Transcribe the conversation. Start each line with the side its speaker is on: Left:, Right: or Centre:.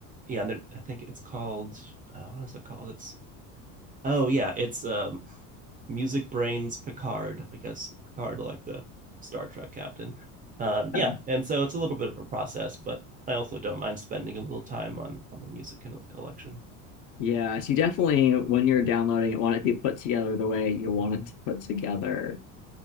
Right: yeah, and I think it's called uh, what is it called? It's oh yeah, it's um Music Brains Picard. I guess Picard, like the Star Trek captain. Um, yeah,
Left: Yeah.
Right: and so it's a little bit of a process, but I also don't mind spending a little time on on a music collection.
Left: Yeah, so you definitely, when you're downloading it, want it to be put together the way you want it to put together.